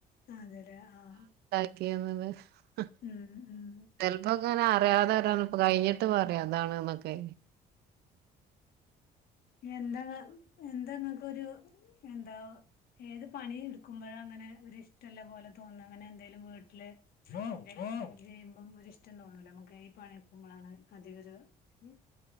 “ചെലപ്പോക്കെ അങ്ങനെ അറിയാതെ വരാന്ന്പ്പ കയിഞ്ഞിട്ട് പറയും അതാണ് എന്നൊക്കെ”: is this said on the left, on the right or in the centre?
Right